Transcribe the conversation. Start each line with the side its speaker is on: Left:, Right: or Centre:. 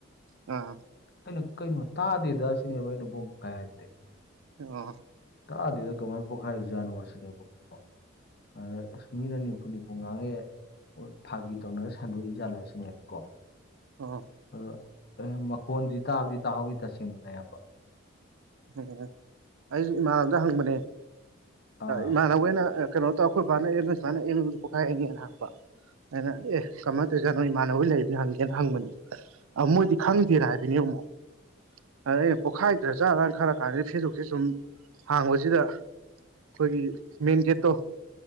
Right: ꯑ꯫
Left: ꯑꯩꯅ ꯀꯩꯅꯣ ꯇꯥꯗꯦꯗ ꯑꯁꯤꯅꯦꯕ ꯑꯩꯅ ꯕꯣꯝ ꯀꯥꯏ ꯍꯥꯏꯗꯤ꯫
Right: ꯑꯣ꯫
Left: ꯇꯥꯑꯗꯦꯗ ꯀꯃꯥꯏꯅ ꯄꯣꯈꯥꯏꯔꯤ ꯖꯥꯠꯅꯣ ꯁꯤꯅꯦꯕꯀꯣ꯫ ꯑꯗ ꯑꯁ ꯃꯤꯅ ꯅꯤꯝꯐꯨ ꯅꯤꯝꯐꯨ ꯉꯥꯡꯅꯩꯑꯦ꯫ ꯐꯥꯒꯤ ꯇꯧꯅꯔ ꯁꯟꯗꯣꯛꯏ ꯖꯥꯠꯂꯁꯤꯅꯦꯕ ꯀꯣ꯫
Right: ꯑ
Left: ꯑꯗꯣ ꯑꯦ ꯃꯈꯣꯟꯗꯤ ꯇꯥꯕꯗꯤ ꯇꯥꯍꯧꯗꯤ ꯇꯁꯦꯡꯅꯅꯦꯕ
Right: ꯎꯝ ꯑꯩꯁꯨ ꯏꯃꯥꯟꯅꯕꯗ ꯍꯪꯕꯅꯦ
Left: ꯑꯥ
Right: ꯏꯃꯥꯟꯅꯕꯒꯩꯅ ꯀꯩꯅꯣꯇꯣ ꯑꯩꯈꯣꯏ ꯕꯥꯅꯁꯨ ꯄꯣꯛꯈꯥꯏꯅꯦꯅ ꯍꯥꯏꯔꯛꯄ ꯑꯦ ꯀꯃꯥꯏꯅ ꯇꯧꯔꯤꯁꯥꯠ ꯅꯣ ꯏꯃꯥꯟꯅꯕ ꯂꯩꯕꯅꯤ ꯍꯪꯒꯦꯅ ꯍꯪꯕꯅꯤꯗ꯫ ꯑ ꯃꯣꯏꯗꯤ ꯈꯪꯗꯦꯅ ꯍꯥꯏꯕꯅꯦ ꯑꯃꯨꯛ ꯑꯗ ꯑꯩꯅ ꯄꯣꯛꯈꯥꯏꯗ꯭ꯔ ꯖꯠꯂꯅ꯫ ꯈꯜꯂꯛ ꯀꯥꯟꯁꯤꯗ ꯐꯦꯁꯕꯨꯛꯁꯦ ꯁꯨꯝ ꯍꯥꯡꯕꯁꯤꯗ꯫ ꯑꯩꯈꯣꯏꯒꯤ ꯃꯦꯟꯒꯦꯠꯇꯣ꯫